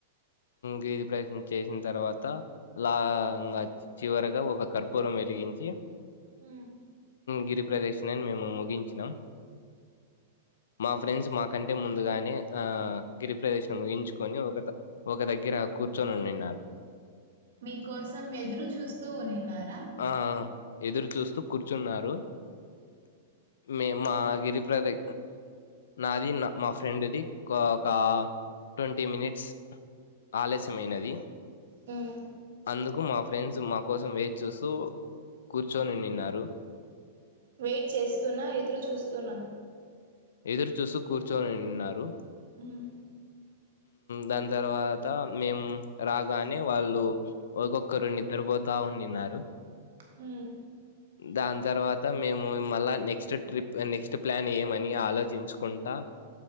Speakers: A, on the left; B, on the right.
A: గిరిప్రదిక్షణ చేసిన తర్వాత లాగా చివరగా ఒక కర్పూరం వెలిగించి
B: ఆ
A: గిరి ప్రదేశని మేము ముగించినాం మా ఫ్రెండ్స్ మా కంటే ముందుగానే ఆ గిరి ప్రదేశం ముగించుకొని ఒక ఒక దగ్గర కూర్చొని నిన్నాడు
B: మీ కోసం ఎదురు చూస్తూ ఉనిన్నారు
A: ఆ ఎదురు చూస్తూ కూర్చున్నారు మే మా గిరిప్రద నాది నా మా ఫ్రెండ్ది ఒక ఒక ట్వంటీ మినిట్స్ ఆలస్యమైనది
B: హ్మ్.
A: అందుకు మాపు ఫ్రెండ్స్ మా కోసం వే చూసుూ కూర్చొని నిన్నారు
B: వెయిట్ చేస్తున్నా. ఎదురు చూస్తున్నా.
A: ఎదురు చూస్త కూర్చొనిన్నారు
B: హ్మ్.
A: దాని తర్వాత మేము రాగానే వాళ్ళు ఒక్కొక్కరు నిద్రపోతా ఉనిన్నారు
B: హ్మ్.
A: దాని తర్వాత మేము మళ్ళా నెక్స్ట్ ట్రిప్ నెక్స్ట్ ప్లాన్ ఏమని ఆలోచించుకుంటా